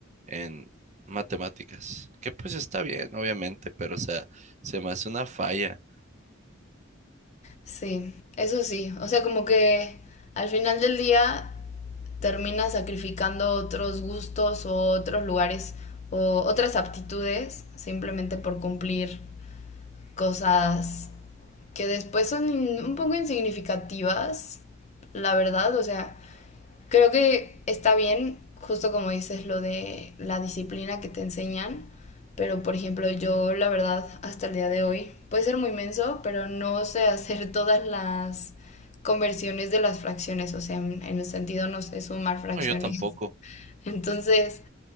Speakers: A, on the right; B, on the left.
A: en matemáticas. Que pues está bien, obviamente, pero o sea, se me hace una falla.
B: sí, eso sí. O sea, como que al final del día terminas sacrificando otros gustos o otros lugares o otras aptitudes simplemente por cumplir cosas que después son in- un poco insignificativas, la verdad. O sea, Creo que está bien, justo como dices, lo de la disciplina que te enseñan, pero por ejemplo yo la verdad hasta el día de hoy, puede ser muy menso, pero no sé hacer <laughs> todas las conversiones de las fracciones, o sea, en, en el sentido no sé sumar fracciones.
A: No, yo tampoco.
B: <laughs> Entonces,